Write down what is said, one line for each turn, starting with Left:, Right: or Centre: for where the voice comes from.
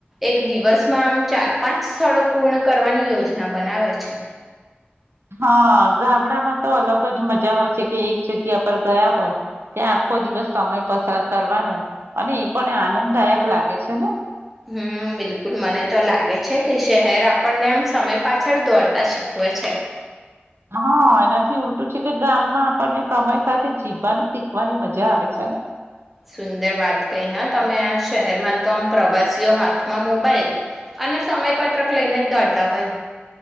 Centre: એક દિવસમાં આમ ચાર-પાંચ સ્થળો પૂર્ણ કરવાની યોજના બનાવે છે.
Right: હા, ગામડામાં તો અલગ જ મજા હોય છે કે એક જગ્યા પર ગયા હોય ત્યાં આખો દિવસ સમય પસાર કરવાનો, અને એ પણ આનંદદાયક લાગે છે ને?
Centre: હમ, બિલકુલ, મને તો લાગે છે કે શહેર આપણને આમ સમય પાછળ દોડતા શીખવે છે.
Right: હા, એનાથી ઉલટું છે કે ગામમાં આપણને સમય સાથે જીવવાનું શીખવાની મજા આવે છેને.
Centre: સુંદર વાત કહી હ‌. તમે આ શહેરમાં તો આમ પ્રવાસીઓ હાથમાં મોબાઈલ અને સમય પત્રક લઈને જ દોડત હોય.